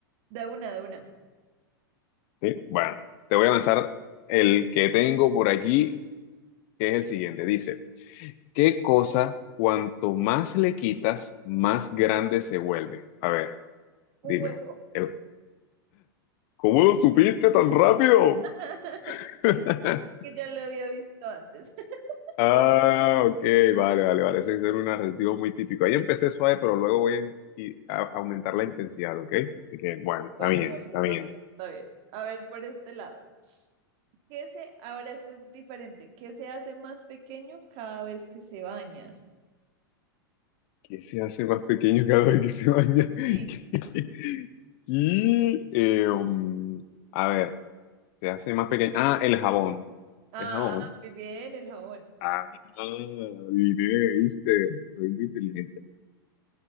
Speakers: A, on the right; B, on the left.
A: da una, da una.
B: ¿Sí? Bueno, te voy a lanzar el que tengo por aquí, que es el siguiente. Dice... ¿Qué cosa, cuanto más le quitas, más grande se vuelve? A ver, dime.
A: Un hueco,
B: El- ¿Cómo lo supiste tan rápido?
A: <laughs>
B: <laughs>
A: que ya lo había visto antes. <laughs>
B: Ah, ok, vale, vale, vale. Ese es un adjetivo muy típico. Ahí empecé suave, pero luego voy a, in- y- a- a aumentar la intensidad, ¿ok? Así que, bueno, está
A: Bueno,
B: bien,
A: bueno,
B: está
A: está,
B: bien.
A: está bien. A ver, por este lado. ¿Qué se, ahora esto es diferente. ¿Qué se hace más pequeño cada vez que se baña?
B: ¿Qué se hace más pequeño cada vez que se baña? <laughs>
A: Sí.
B: Y, eh, um, a ver, se hace más pequeño. Ah, el jabón.
A: Ah,
B: El jabón.
A: muy bien, el jabón.
B: Ah, diré, viste, soy muy inteligente.